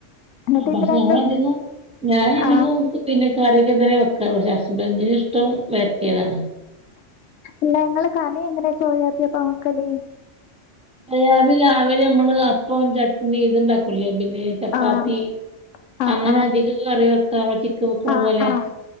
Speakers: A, on the left (about 80°); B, in the centre.
A: എന്നിട്ട്
B: ആ പക്ഷെ
A: ഇത് രണ്ടും
B: ഞങ്ങളധികവും ഞാനധികവും
A: ആഹ്
B: പിന്നെ കറിയൊക്കെന്നെ വെക്കാ പഷെ ഹസ്ബൻ്റിനിഷ്ടം വരട്ടിയതാണ്
A: ഇല്ല ഇങ്ങള് കറിഎങ്ങനെയാ സോയിപ്പിയപ്പക്കല്
B: അത് രാവിലാ രാവി നമ്മള് അപ്പം ചട്നി ഇത്ണ്ടാക്കുല്ലേ പിന്നെ ചപ്പാത്തി
A: ആഹ് ആഹ്
B: അങ്ങനെ
A: ആഹ്
B: അധികകറി വെക്കാമ്മള് ചിക്കവെക്കണ
A: ആഹ്
B: പോലെ
A: ആഹ്